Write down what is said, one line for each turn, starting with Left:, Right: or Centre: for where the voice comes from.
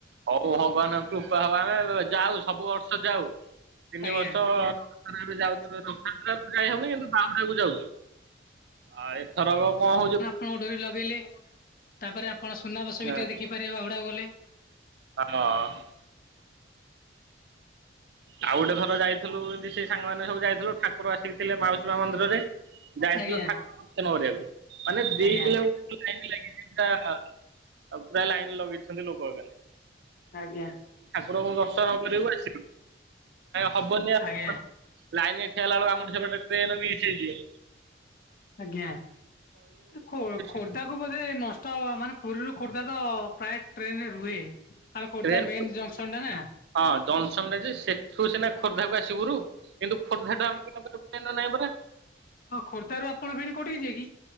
Right: ହଉ ଭଗବାନଙ୍କ କୃପା ହ ଆମେ ଯାଉ ସବୁ ବର୍ଷ ଯାଉ ତିନି
Left: ଆଜ୍ଞା
Right: ବର୍ଷ ର ଯାଉ ରଥଯାତ୍ରା ଯାଇହଉନି କିନ୍ତୁ ବାହୁଡାକୁୁ ଯାଉଛୁ। ଆଉ ଏଥର କଣ ହଉଛି?
Left: ଆପଣ ଡୋରି ଲଗେଇଲେ ତାପରେ ଆପଣ ସୁନାବେ ସ
Right: ହଁ।
Left: ବି ଟିକେ ଦେଖିପାରିବେ ବାହୁଡାକୁ ଗଲେ
Right: <unintelligible> ଆଉ ଗୋଟେଥର ଯାଇଥିଲୁ, ଏମିତି ସେଇ ସାଙ୍ଗମାନେ ସବୁ ଯାଇଥିଲୁ ଠା ଠାକୁର ଆସିକି ଥିଲେ ମାଉସୀ ମା ମନ୍ଦିରରେ ଯାଇଥିଲ
Left: ଆଜ୍ଞା
Right: ଠାକୁର ଦର୍ଶନ କରିବାକୁ, ମାନେ ଦି
Left: ଆଜ୍ଞା।
Right: କିଲୋମିଟର ଲାଇନ ଲାଗିଛି ପା ଆଉ ପୁରା ଲାଇନ ଲଗେଇଛନ୍ତି ଲୋକ ମାନେ
Left: ଆଜ୍ଞା
Right: ଠାକୁରଙ୍କୁ ଦର୍ଶନ କରିବୁ ଆସିବୁ। ହବନି ଆ
Left: ଆଜ୍ଞା
Right: ଲାଇନ ଏଠି ହେଲା ବେଳକୁ ଆମର ଟ୍ରେନ ମିସ ହେଇଯିବ
Left: ଆଜ୍ଞା। ଖୋ ଖୋର୍ଦ୍ଧାକୁ
Right: <unintelligible>
Left: ବୋଧେ ନଷ୍ଟ ହ ମାନେ ପୁରୀରୁ ଖୋର୍ଦ୍ଧା ତ ପ୍ରାୟ ଟ୍ରେନରେ ରୁହେ, କାରଣ ଖୋର୍ଦ୍ଧା
Right: ଟ୍ରେନ
Left: ମେନ ଜଙ୍କସନ୍ ଟା ନା
Right: ହଁ ଜନ୍ସନ ରେ ଯେ ସେ ତୁ ସିନା ଖୋର୍ଦ୍ଧାକୁ ଆସିବୁରୁ କିନ୍ତୁ ଖୋର୍ଦ୍ଧା ଆମ ନାହିଁ ପରା।
Left: ହଁ ଖୋର୍ଦ୍ଧ ର ଆପଣ ଫେଣି କୋଉଠି କି ଯିବେ କି?